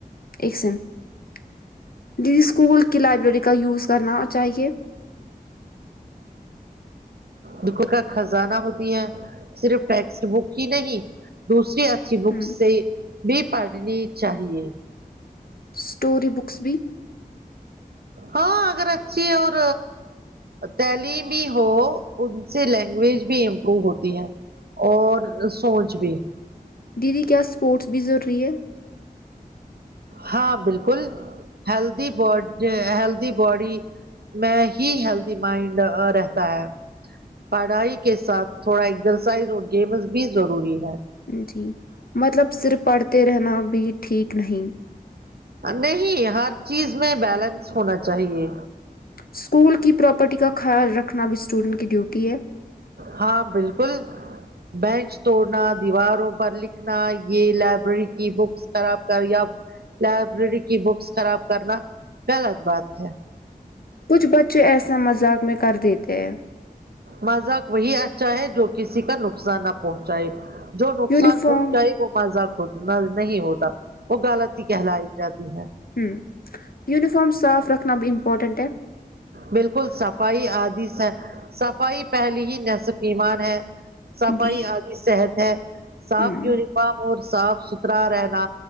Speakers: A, on the left; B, on the right.
A: ایک سیکنڈ اسکول کی لائبریری کا یوز کرنا چاہیے
B: دکھوتا خزانہ ہوتی ہے صرف ٹیکسٹ بک ہی نہیں دوسری اچھی
A: ہ
B: بکس سے بھی پڑھنی چاہیے
A: اسٹوری بکس بھی
B: ہاں اگر اچھی اور تعلیمی ہی ہو ان سے لینگویج بھی امپرو ہوتی ہے اور سوچ بھی
A: دیدی کیا اسپورٹس بھی ضروری ہے
B: ہاں بالکل ہیلدی بڈ ہیلدی باڈی میں ہی ہیلدی مائنڈ رہتا ہے پڑھائی کے ساتھ تھوڑا ایکزرسائز اور گیمز بھی ضروری ہے
A: جی مطلب صرف پڑھتے رہنا بھی ٹھیک نہیں
B: نہیں ہر چیز میں بیلنس ہونا چاہیے
A: اسکول کی پراپرٹی کا خیال رکھنا بھی اسٹوڈنٹ کی ڈیوٹی ہے
B: ہاں بالکل بینچ توڑنا دیواروں پر لکھنا یے لائبریری کی بکس خراب کر یا لائبریری کی بکس خراب کرنا غلط بات ہے
A: کچھ بچے ایسا مذاق میں کر دیتے ہیں
B: مذاق وہی اچھا ہے جو کی کسی کا نقصان نہ پہنچائے جو نقصان
A: یونیفارم
B: پہنچائے وہ مذاق نہیں ہوتا وہ غالط ہی کہلائی جاتی ہے
A: ہمم یونفام صاف رکھنا بھی امپورٹنٹ ہے
B: بالکل صفائی آدی سے صفائی پہلی ہی نصف ایمان ہے صفائی
A: جی
B: آدی صحت ہے صاف
A: ہوں
B: یونی فام اور صاف ستھرا رہنا